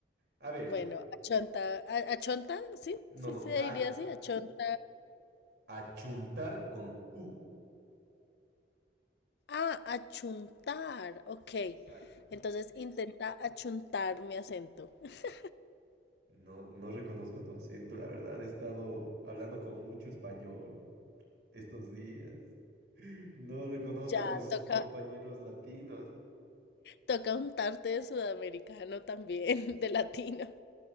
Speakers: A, on the right; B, on the left.
A: A ver,
B: Bueno, achonta. a- ¿Achonta? Sí,
A: no,
B: sí,
A: no,
B: sí, se
A: a-
B: diría así. Achonta.
A: achuntar con U.
B: Ah, achuntar. Ok.
A: Exacto.
B: Entonces intenta achuntar mi acento. <laughs>
A: No, no reconozco tu acento, la verdad, he estado hablando con mucho español estos días. <laughs> No reconozco
B: Ya,
A: a mis
B: toca.
A: compañeros latinos.
B: Toca untarte de sudamericano también, <laughs> de latino.